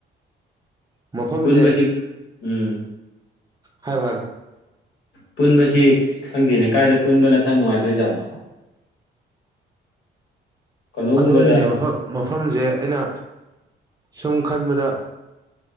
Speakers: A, on the right; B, on the left.
A: ꯃꯐꯝꯁꯦ
B: ꯄꯨꯟꯕꯁꯤ ꯎꯝ
A: ꯍꯥꯏꯔꯣ ꯍꯥꯏꯔꯣ
B: ꯄꯨꯟꯕꯁꯤ ꯈꯪꯗꯦꯅꯦ ꯀꯥꯏꯗ ꯄꯨꯟꯕꯅ ꯈꯔ ꯅꯨꯡꯉꯥꯏꯗꯣꯏ ꯖꯥꯠꯅꯣ ꯀꯩꯅꯣꯒꯨꯝꯕꯗ
A: ꯑꯗꯨꯅꯤꯅꯦ ꯃꯐꯝ ꯃꯐꯝꯁꯦ ꯑꯩꯅ ꯁꯨꯝ ꯈꯟꯕꯗ